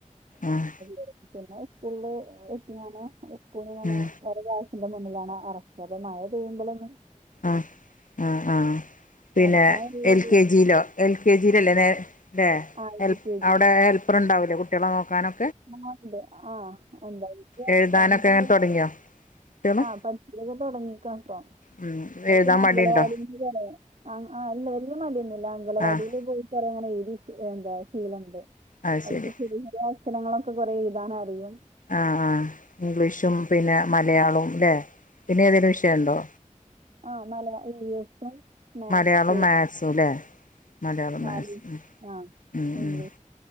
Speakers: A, on the left; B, on the right.
A: ആഹ്
B: <unintelligible> പിന്നെ സ്കൂലിള് എത്തിങ്ങനെ എത്തിങ്ങനെ
A: ഉം
B: അവരെ ക്ലാസ്സിന്റെ മുന്നിലാണ് എറക്ക അപ്പൊ മഴ പെയ്യുമ്പോളും
A: ആഹ് ആഹ് ആഹ് പിന്നെ
B: നടക്കാൻ ഒരു
A: എൽ കെ ജിലോ എൽ കെ ജിലല്ലേ വേ അല്ലേ
B: ആ
A: ഹെൽപ്
B: യു കെ ജി
A: അവടെ ഹെൽ ൽപ്പറ്ണ്ടാവില്ലേ കുട്ട്യോളെ നോക്കാനോ
B: ആഹ് ണ്ട് ആഹ് എന്താ <unintelligible>
A: എഴുതാനൊക്കെ അങ്ങനെ തുടങ്ങിയോ കുട്ടികള്
B: ആഹ് <unintelligible> തുടങ്ങിക്ക്ണ്പ്പം
A: ഉം
B: അല്ല്ങ്കി
A: എഴുതാൻ
B: ഞാ അംഗലവാടി
A: മടിയുണ്ടോ
B: ആഹ് അല്ല വല്യയ മടിയൊന്നുല്ല അംഗണവടിയില്
A: ആഹ്
B: പോവു അങ്ങനെ എഴുതിട്ട് എന്താ ശീലുണ്ട്
A: അത്
B: അ <unintelligible>
A: ശരി
B: ഷരങ്ങളൊക്കെ കുറെ എഴുതാനറിയും
A: ആഹ് ഇംഗ്ലീഷും പിന്നെ മലയാളവും ല്ലെ പിന്നെ ഏതെലും വിഷയണ്ടോ
B: ആഹ് മലയാ ഇ വി എസും മാത്സ്
A: മലയാളും മാക്സും ല്ലെ മലയാളം
B: നാല്
A: മാക്‌സും ഉം
B: ആ
A: ഉം
B: ഇംഗ്ലീഷ്
A: ഉം